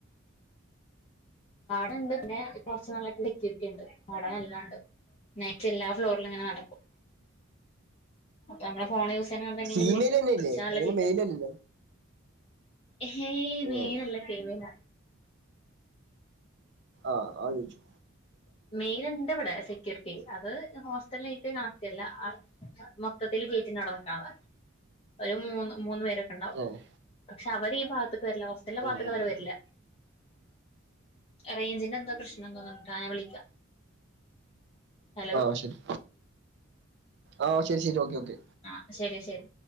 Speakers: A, on the left; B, on the right.
A: ടുണ്ട് പിന്നെ കുറച്ച നല്ല കണ്ട് മടം എല്ലാംണ്ട് നെക്സ്റ്റ് എല്ലാ ഫ്ലോറിലും ഇങ്ങനെ നടക്കും അപ്പൊ നമ്മള ഫോൺ യൂസ് ചെയ്യ കണ്ടന്നെ
B: ഫീമെയിൽ
A: പിടിക്കും
B: തന്നെയല്ലേ
A: പിടിച്ച നല്ല
B: അല്ലാണ്ട്
A: ചീത്തേക്കും
B: മെയിൽ അല്ലല്ലോ
A: ഏ
B: ഏഹ്
A: മൈനല്ല ഫീമെല
B: ആ ആജിച്ചു
A: മെയിൽ എണ്ട് ഇവിടെ സെക്യൂരിറ്റി അത് ഹോസ്റ്റലായിട്ട് കണക്ട് അല്ല അ മൊത്തത്തിൽ ചേറ്റി നടന്നക്കണ ഒരു മൂന്ന് മൂന്ന് പേരൊക്കെ ഉണ്ടാവും
B: ആഹ്
A: പക്ഷെ അവര് ഈ ഭാഗ വരി ഹോസ്റ്റലെ പാത്തേക്ക
B: ആഹ്
A: അവര് വരില്ല റേഞ്ചിന്റെ എന്തോ പ്രശ്നം തോന്നി ണ് ആ വിളിക്കാം ഹലോ
B: ആഹ് ശരി ആഹ് ശരി ശരി ഒക്കെ ഒക്കെ
A: ആഹ ശരി ശരി